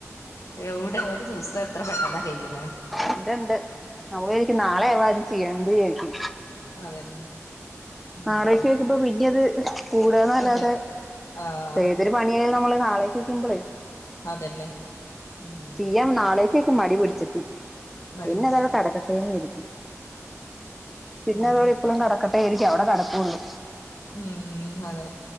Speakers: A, on the left (about 70°); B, in the centre.
A: എവ്ടെ ഒരു ദിവസം എത്ര പെട്ടെന്നാകയ്യ്ണേ
B: ഇണ്ട്ണ്ട് നമ്മളിചാരിക്കും നാളെയാവാ ചെയ്യ <unintelligible> വിചാരിക്കും.
A: അതന്നെ ഉം
B: നാളേക്ക് വെക്കുമ്പോ പിന്നെഅത് കൂടുന്നല്ലാതെ
A: അതെ ആഹ്
B: ഏതൊരു പണിയായാലും നമ്മള് നാളെക്ക് വെക്കുമ്പോളേ
A: അതന്നെ ഉം
B: ഞാൻ നാളേക്കേക്ക് മടി പിടിച്ചിട്ട്
A: മടി
B: പിന്നെതവടെ
A: പിടിച്ചു
B: കെടക്കട്ടേന്നിരിക്കും, പിന്നെ
A: അതന്നെ
B: അതവടെ എപ്പളും കെടക്ക <unintelligible> അവടെ കെടക്കൊള്ളൂ.
A: ഉം അതെ,